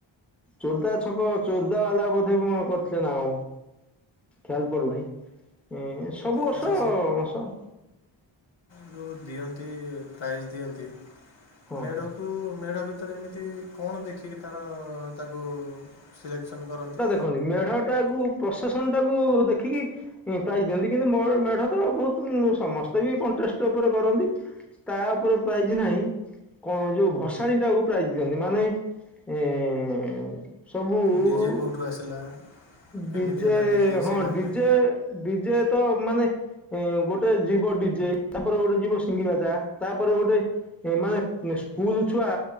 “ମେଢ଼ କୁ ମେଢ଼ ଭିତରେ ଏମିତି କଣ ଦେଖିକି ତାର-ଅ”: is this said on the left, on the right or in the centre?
Left